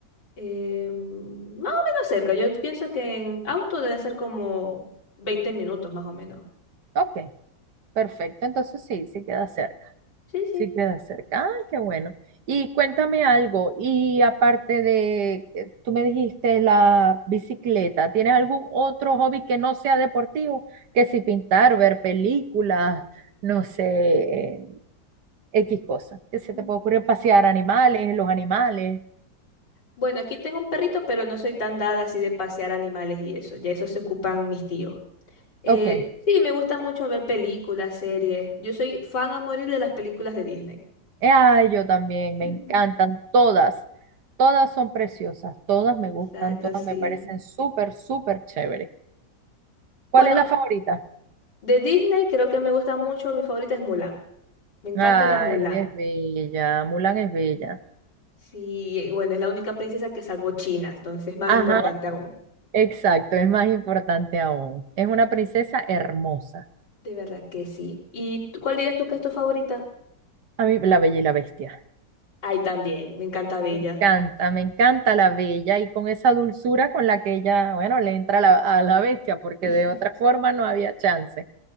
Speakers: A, on the left; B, on the right.
A: Eh, mm, más o menos cerca, yo pienso que en auto deben ser como 20 minutos más o menos.
B: Ok, perfecto. Entonces sí, sí queda cerca.
A: Sí, sí.
B: Sí queda cerca. Ah, qué bueno. Y cuéntame algo. Y aparte de, eh, tú me dijiste la bicicleta, ¿tienes algún otro hobby que no sea deportivo? Que si pintar, ver películas no sé, eh, X cosas. Que se
A: Mm.
B: te puede ocurrir pasear animales, los animales.
A: Bueno, aquí tengo un perrito, pero no soy tan dada así de pasear animales y eso, ya eso se ocupan mis tíos. Eh,
B: Ok.
A: sí, me gusta mucho ver películas, series. Yo soy fan a morir de las películas de Disney.
B: Ay, yo también,
A: <laughs>
B: me
A: Ujú.
B: encantan todas. Todas son preciosas, todas me
A: Exacto,
B: gustan, todas
A: sí.
B: me parecen súper, súper chéveres. ¿Cuál
A: Bueno,
B: es la favorita?
A: de Disney creo que me gusta mucho, mi favorita es Mulan. Me encanta
B: Ay,
A: la Mulan.
B: es bella, Mulan es bella.
A: Sí, eh, bueno, es la única princesa que salvó China, entonces más
B: Ajá,
A: importante aún.
B: exacto, es más importante aún. Es una princesa hermosa.
A: De verdad que sí. ¿Y tú- cuál dirías tú que es tu favorita?
B: A mí, la Bella y la Bestia.
A: Ay, también, me encanta Bella.
B: Me encanta, me encanta la bella y con esa dulzura con la que ella, bueno, le entra a la, a la bestia, porque
A: <laughs>
B: de otra forma no había chance.